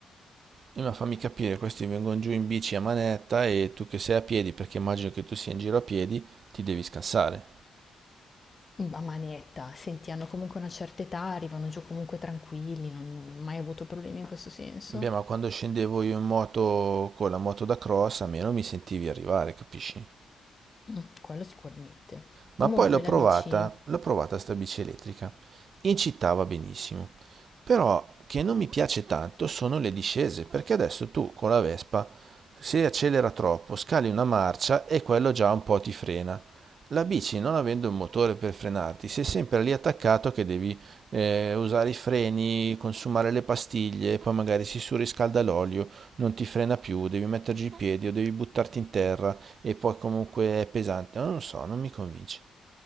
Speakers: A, on the right (about 45°); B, on the left (about 25°).
A: E ma fammi capire, questi vengono giù in bici a manetta e tu che sei a piedi, perché immagino che tu sia in giro a piedi, ti devi scansare.
B: A manetta, senti, hanno comunque una certa età, arrivano giù comunque tranquilli, non non ho mai avuto problemi in questo senso.
A: Beh, ma quando scendevo io in moto con la moto da cross, almeno mi sentivi arrivare, capisci?
B: Mm, quello sicuramente.
A: ma
B: Comunque
A: poi l'ho provata,
B: la bici, eh,
A: l'ho provata sta bici elettrica. In città va benissimo. Però che non mi piace tanto sono le discese, perché adesso tu con la Vespa, se accelera troppo, scali una marcia e quello già un po' ti frena. La bici, non avendo un motore per frenarti, sei sempre lì attaccato che devi eh, usare i freni, consumare le pastiglie, poi magari si surriscalda l'olio, non ti frena più, devi metterci i piedi o devi buttarti in terra e poi comunque è pesante. Non lo so, non mi convince.